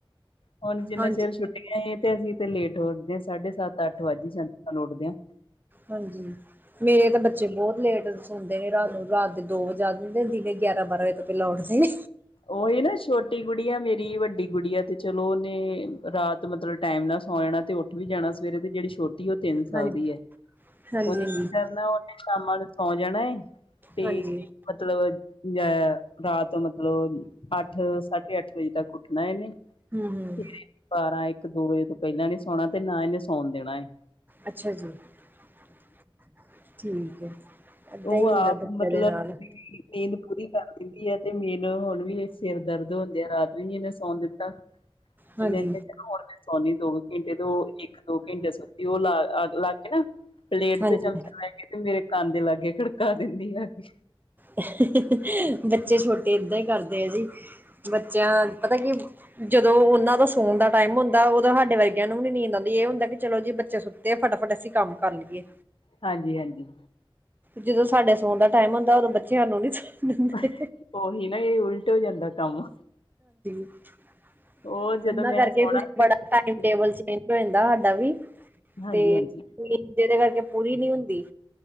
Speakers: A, on the left; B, on the right.
A: ਹੁਣ, ਜਿੰਨਾ
B: ਹਾਂਜੀ
A: ਚਿਰ ਛੁੱਟੀਆਂ ਏ ਤੇ ਅਸੀਂ ਤੇ ਲੇਟ ਉੱਠਦੇ ਸਾਢੇ ਸੱਤ-ਅੱਠ ਵੱਜ ਹੀ ਜਾਂਦੇ ਸਾਨੂੰ ਉੱਠਦਿਆਂ।
B: ਹਾਂਜੀ ਮੇਰੇ ਤਾਂ ਬੱਚੇ ਬਹੁਤ ਲੇਟ ਸੌਂਦੇ ਨੇ ਰਾਤ ਨੂੰ ਰਾਤ ਦੇ ਦੋ <unintelligible> ਦਿਨੇ ਗਿਆਰਾਂ-ਬਾਰਾਂ ਵਜੇ ਤੋਂ ਪਹਿਲਾਂ ਉੱਠਦੇ ਨੇ।
A: ਉਹੀ ਨਾ ਛੋਟੀ ਗੁੱਡੀਆਂ ਮੇਰੀ, ਵੱਡੀ ਗੁੱਡੀਆਂ ਆ ਤੇ ਚਲੋ, ਤੇ ਰਾਤ ਮਤਲਬ ਟਾਇਮ ਨਾਲ ਸੌਂ ਜਾਣਾ ਤੇ ਉੱਠ ਵੀ ਜਾਣਾ ਸਵੇਰੇ, ਤੇ ਜਿਹੜੀ ਛੋ <unintelligible> ਤਿੰਨ ਸਾਲ
B: ਹਾਂਜੀ
A: ਦੀ ਐ
B: ਹਾਂਜੀ
A: ਉਹਨੇ
B: ਹਾਂਜੀ
A: ਕੀ ਕਰਨਾ, ਉਹਨੇ ਸ਼ਾਮਾ ਨੂੰ ਸੌਂ ਜਾਣਾ ਹੈ। ਤੇ
B: ਹਾਂਜੀ
A: ਮਤਲਬ <unintelligible> ਰਾਤ ਮਤਲਬ ਅੱਠ ਸਾਢੇ ਅੱਠ, ਵਜੇ ਤੱਕ ਉੱਠਣਾ ਇੰਨੇ
B: ਹੂੰ ਹੂੰ
A: <inaudible> ਬਾਰਾਂ, ਇੱਕ ਦੋ ਵਜੇ ਤੋਂ ਪਹਿਲਾਂ ਨੀ ਸੌਣਾ ਤੇ ਨਾ ਇਹਨੇ ਸੌਣ ਦੇਣਾ ਏ।
B: ਅੱਛਾ ਜੀ, <inaudible> ਠੀਕ ਹੈ। ਏਦਾਂ
A: ਉਹ
B: ਹੀ ਹੁੰਦਾ
A: ਆਪ
B: ਬੱਚਿਆਂ
A: ਮਤਲਬ
B: ਦੇ ਨਾਲ
A: ਨੀਂਦ ਪੂਰੀ ਕਰ ਲੈਂਦੀ ਹੈ ਤੇ <unintelligible> ' <unintelligible> ਹੁਣ ਵੀ ਸਿਰ ਦਰਦ ਹੋਣ ਦਿਆ ਰਾਤ ਵੀ ਨੀ ਇਹਨੇ ਸੌਣ ਦਿੱਤਾ,
B: ਹਾਂਜੀ
A: ਤੇ ਮੈਂ ਕਿਹਾ, ਸੋਨੀ ਦੋ ਕ ਘੰਟੇ ਤੇ ਉਹ ਇੱਕ-ਦੋ ਘੰਟੇ ਸੁੱਤੀ ਉਹ ਲ ਅੱਗ ਲੱਗ ਕੇ ਨਾ। ਪਲੇਟ
B: ਹਾਂਜੀ
A: ਤੇ ਚਮਚੇ ਲੈ ਕੇ ਤੇ ਮੇਰੇ ਕੰਨ ਦੇ ਲਾਗੇ, ਖੜਕਾ ਦਿੰਦੀ ਆ ਕੇ।
B: ਹ ਹ ਹ ਬੱਚੇ ਛੋਟੇ ਏਦਾਂ ਹੀ ਕਰਦੇ ਆ ਜੀ ਬੱਚਿਆਂ ਪਤਾ ਕੀ ਜਦੋਂ ਉਹਨਾਂ ਦਾ ਸੋਣ ਦਾ ਟਾਈਮ ਹੁੰਦਾ ਉਦੋਂ ਹਾਡੇ ਵਰਗਿਆਂ ਨੂੰ ਵੀ ਨੀ ਨੀਂਦ ਆਉਂਦੀ ਇਹ ਹੁੰਦਾ ਕਿ ਚਲੋ ਜੀ ਬੱਚੇ ਸੁੱਤੇ ਫ ਫਟਾਫਟ ਅਸੀਂ ਕੰਮ ਕਰ ਲਈਏ।
A: ਹਾਂਜੀ, ਹਾਂਜੀ।
B: ਜਦੋਂ ਸਾਡੇ ਸੌਣ ਦਾ ਟਾਈਮ ਹੁੰਦਾ, ਉਦੋਂ ਬੱਚੇ ਹਾਨੂੰ ਨੀ ਦਿੰਦੇ
A: ' <inaudible> ਉਹੀ ਨਾ, ਏ ਉਲਟ ਹੋ ਜਾਂਦਾ ਕੰਮ।
B: ਇਹਨਾਂ
A: ਉਹ ਜਦੋਂ ਮੈਂ
B: ਕਰਕੇ
A: ਸੋਣਾ
B: ਕੁਛ
A: ਸੀ
B: ਬੜਾ ਟਾਈਮ-ਟੇਬਲ ਚੇਂਜ ਹੋ ਜਾਂਦਾ ਹਾਡਾ ਵੀ।
A: ਹਾਂਜੀ-ਹਾਂਜੀ।
B: ਤੇ ' <inaudible> ਜਿਹਦੇ ਕਰਕੇ ਪੂਰੀ ਨੀ ਹੁੰਦੀ।